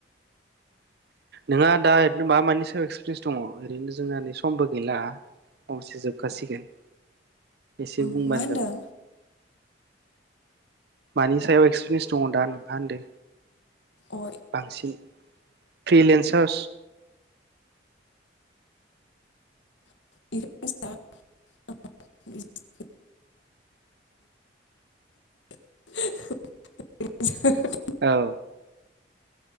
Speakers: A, on the right; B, on the left.
A: नोंहा दा ओरैनो मा मानि सायाव एक्सपिरियेन्स दङ ओरैनो जोंहा नै समबो गैला फंसेजों जोबखासिगोन। एसे
B: उम
A: बुंबानो
B: मा होनदों
A: जाबाय मानि सायाव एक्सपिरियेन्स दङ दा नोंहा होनदों।
B: अ
A: बांसिन फ्रिलेन्सार्स
B: <unintelligible> <inaudible>
A: औ‌।